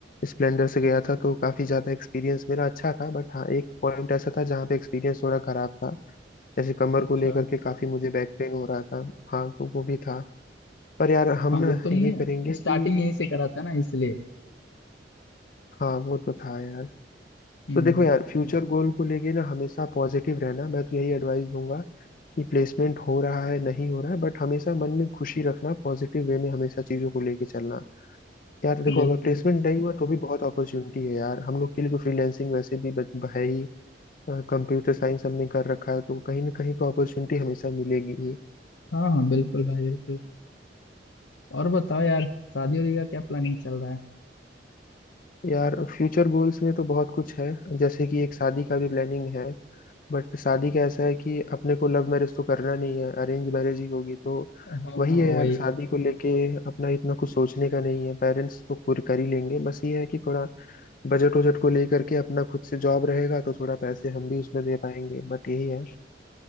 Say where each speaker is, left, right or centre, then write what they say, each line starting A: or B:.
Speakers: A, on the left (about 50°); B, on the left (about 85°).
A: स्प्लेंडर से गया था तो काफ़ी ज़्यादा एक्सपीरियंस मेरा अच्छा था बट हाँ एक पॉइंट ऐसा था जहाँ पे एक्सपीरियंस थोड़ा खराब था जैसे कमर
B: अच्छा
A: को लेकर के काफी मुझे बैक पेन हो रहा था हाँ तो वो भी था पर यार हम
B: हाँ तो
A: ना
B: तुमने
A: ये करेंगे
B: स्टार्टिंग
A: कि
B: यहीं से करा था ना इसलिए
A: हाँ वो तो था यार
B: हम्म
A: तो देखो यार फ्यूचर गोल को लेके ना हमेशा पॉजिटिव रहना मैं तो यही एडवाइस दूंगा कि प्लेसमेंट हो रहा है नहीं हो रहा है बट हमेशा मन में खुशी रखना पॉजिटिव वे में हमेशा चीजों को लेके चलना यार देखो
B: बिल्कुल
A: अगर प्लेसमेंट नहीं हुआ तो भी बहुत अपॉर्चुनिटी है यार हम लोग के लिए तो फ्रीलैंसिंग वैसे भी बच- है ही कंप्यूटर साइंस हमने कर रखा है तो कहीं ना कहीं तो अपॉर्चुनिटी हमेशा मिलेगी ही
B: हाँ हाँ बिल्कुल भाई बिल्कुल और बताओ यार शादी वादी का क्या प्लानिंग चल रहा है
A: यार फ्यूचर गोल्स में तो बहुत कुछ है जैसे कि एक शादी का भी प्लानिंग है बट शादी का ऐसा है कि अपने को लव मैरिज तो करना नहीं है अरेंज मैरिज ही होगी तो
B: हाँ
A: वही
B: हाँ
A: है
B: वही
A: यार शादी को लेके अपना इतना कुछ सोचने का नहीं है पेरेंट्स तो खुद कर ही लेंगे बस ये है कि थोड़ा बजट वजट को लेकर के अपना खुद से जॉब रहेगा तो थोड़ा पैसे हम भी उसमें दे पाएंगे बट यही है